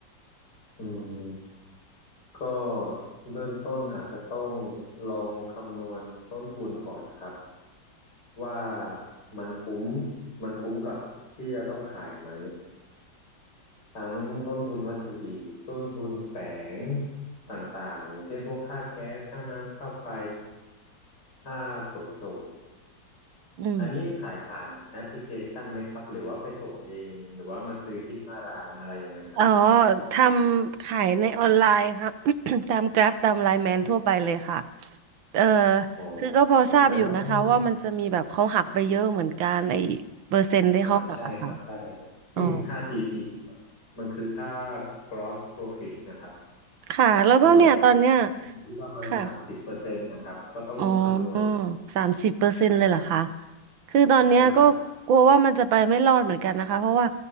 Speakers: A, on the left (about 55°); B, on the right (about 80°).
A: อืมก็เบื้องต้นอาจจะต้องลองคำนวณต้นทุนก่อนนะครับว่ามันคุ้มมันคุ้มกับที่จะต้องขายไหมทั้งต้นทุนวัตถุดิบต้นทุนแฝงต่างๆอย่างเช่นพวกค่าแก๊สค่าน้ำค่าไฟค่าขนส่ง
B: อืม
A: อันนี้ขายผ่านแอปพลิเคชันไหมครับหรือว่าไปส่งเองหรือว่ามาซื้อที่หน้าร้านอะไรยังไงล่ะครับ
B: อ๋อทำขายในออนไลน์ค่ะ <coughs> ตาม Grab ตาม l ลน e แมนทั่วไปเลยค่ะเออ
A: อ๋องั้นก็ต้อง
B: คือก็พอทราบอยู่นะคะว่ามันจะมีแบบเขาหักไปเยอะเหมือนกันไอ้เปอร์เซ็นต์ที่เขาหักอะค่ะ
A: อ่าใช่ครับใช่ <coughs>
B: อ๋อ
A: <clears throat> ค่า GP ครับมันคือค่า gross profit นะครับ
B: ค่ะแล้วก็เนี่ยตอนเนี้ย
A: ส่วนใหญ่จะอยู่ที่ประมาณสามสิบเปอร์เซ็นต์นะครับก็ต้องคำนวณ
B: ค่ะอ๋อสามสิบเปอร์เซ็นต์เลยเหรอคะคือตอนเนี้ยก็กลัวว่ามันจะไปไม่รอดเหมือนกันนะคะเพราะว่า
A: ใช่ครับ